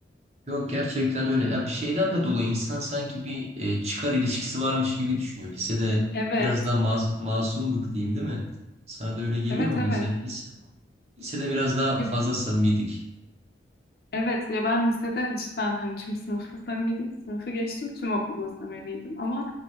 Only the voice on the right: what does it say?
Yok gerçekten öyle. Ya bir şeyden de dolayı insan sanki bir e, çıkar ilişkisi varmış gibi düşünüyor. Lisede
biraz daha mas masumduk diyeyim değil mi? Sana da öyle geliyor
mu
mesela biz? Lisede biraz daha
fazla
samimiydik.